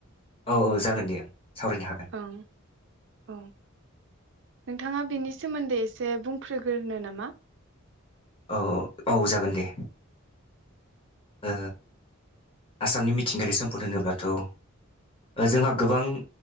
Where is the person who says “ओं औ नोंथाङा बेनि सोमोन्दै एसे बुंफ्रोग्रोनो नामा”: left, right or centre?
Right